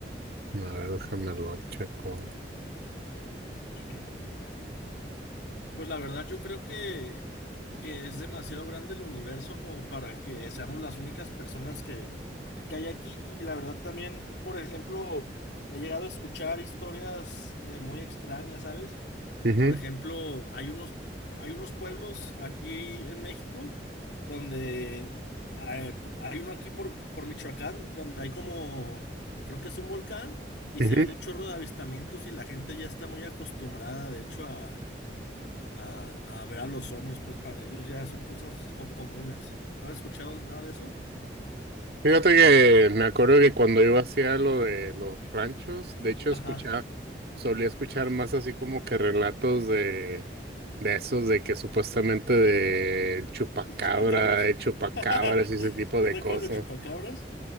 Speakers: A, on the right (about 60°); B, on the left (about 75°).
A: a ver, déjame lo checo.
B: no. Pues la verdad yo creo que, que es demasiado grande el universo como para que seamos las únicas personas que, que hay aquí. Y la verdad también, por ejemplo, he llegado a escuchar historias eh, muy extrañas, ¿sabes?
A: Ujú,
B: Por ejemplo, hay unos, hay unos pueblos aquí en México donde eh, hay uno aquí por, por Michoacán donde hay como, creo que es un volcán y
A: ujú.
B: se ven un chorro de avistamientos y la gente ya está muy acostumbrada, de hecho, a a, a ver a los ovnis, pues para ellos ya son cosas co- comunes. ¿No has escuchado nada de eso?
A: Fíjate que me acuerdo que cuando iba hacia lo de los ranchos, de hecho escuchaba,
B: Ajá,
A: solía escuchar más así como que relatos de, de esos de que supuestamente de chupacabra,
B: el chupacabras.
A: de chupacabras
B: <laughs>
A: y ese tipo
B: ¿Sí
A: de
B: te
A: cosas.
B: acuerdas del chupacabras?